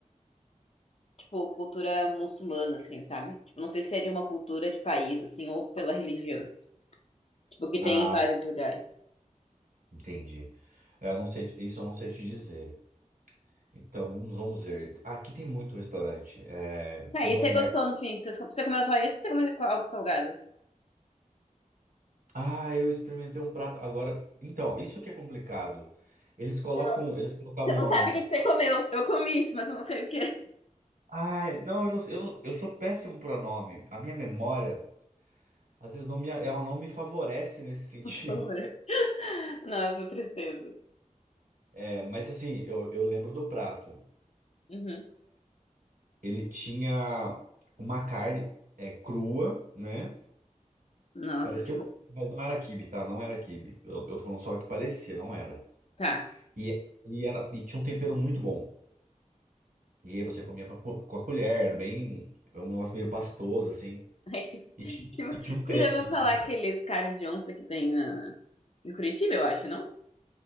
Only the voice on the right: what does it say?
Ah,
entendi. É, Eu não sei, te- isso eu não sei te dizer. Então, vamos, vamos ver. Aqui tem muito restaurante. É,
tem
o
hangar
Ah, eu experimentei um prato agora. Então, isso que é complicado. Eles colocam,
eles colocavam
o nome
entre.
Ah, não, eu não, eu não, eu sou péssimo para nome. A minha memória, às vezes não me, ela não me favorece nesse sentido.
<laughs>
É, mas assim, eu, eu lembro do prato.
Ele tinha uma carne é, crua, né?
Parecia,
um- mas não era quibe, tá? Não era quibe. Eu, eu tô falando só que parecia, não era.
E, e era, e tinha um tempero muito bom. E aí você comia com a, cu- com a colher, era bem. Era um negócio meio pastoso, assim.
E
tinha,
e tinha um creme,
um creme.